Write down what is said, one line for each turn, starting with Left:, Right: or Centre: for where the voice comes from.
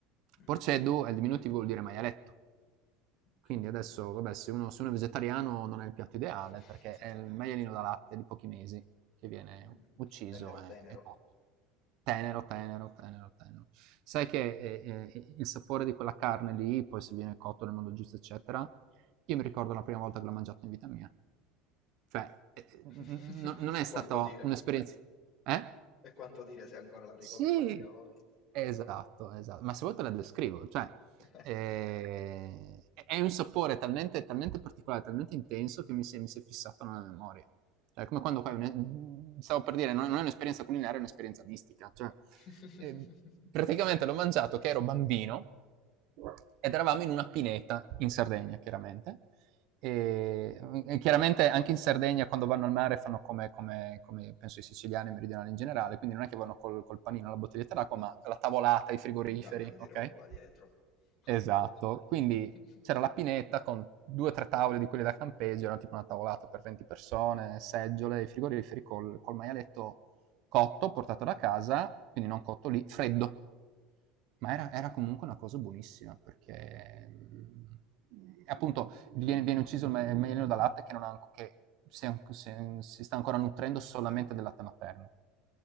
Left: Mm,
Right: Porceddu
Left: ok,
Right: è il diminutivo, vuol dire maialetto.
Left: ok.
Right: Quindi adesso, vabbè, se uno, se uno è vegetariano non è il piatto ideale
Left: <laughs>
Right: perché è il maialino da latte di pochi mesi che viene
Left: Mm, ok.
Right: ucciso
Left: Tenero,
Right: e,
Left: tenero.
Right: e cotto. Tenero, tenero, tenero, tenero. Sai che eh, eh, il sapore di quella carne lì, poi se viene cotto nel modo giusto, eccetera, io mi ricordo la prima volta che l'ho mangiato in vita mia. Cioè, eh, n-
Left: <laughs>
Right: n- non
Left: E
Right: è stata
Left: quanto dire?
Right: un'esperienza... Eh?
Left: E quanto dire se ancora la ricordi
Right: Sì,
Left: la prima volta?
Right: Esatto, esa ma se vuoi te la descrivo, cioè,
Left: <laughs>
Right: ehm, è è un sapore talmente talmente particolare, talmente intenso che mi si è mi si è fissato nella memoria. Cioè, è come quando fai un e mhmm, stavo per dire, non non è un'esperienza culinaria, è un'esperienza mistica, cioè,
Left: <laughs>
Right: ehm, praticamente l'ho mangiato che ero bambino ed eravamo in una pineta in Sardegna, chiaramente. E, e chiaramente anche in Sardegna quando vanno al mare fanno come, come, come penso i siciliani e i meridionali in generale, quindi non è che vanno col, col panino alla bottiglietta d'acqua, ma la tavolata, i frigoriferi,
Left: Un camion di
Right: ok?
Left: roba dietro. Sì,
Right: Esatto,
Left: sì, sì.
Right: quindi
Left: <laughs>
Right: c'era la pineta con due o tre tavole di quelle da campeggio, era tipo una tavolata per 20 persone, seggiole, i frigoriferi col, col maialetto cotto, portato da casa, quindi non cotto lì, freddo, ma
Left: Ok.
Right: era, era comunque una cosa buonissima perché mh, appunto viene, viene ucciso il, me- il maialino da latte che, non ha, che si, è- si- si sta ancora nutrendo solamente del latte materno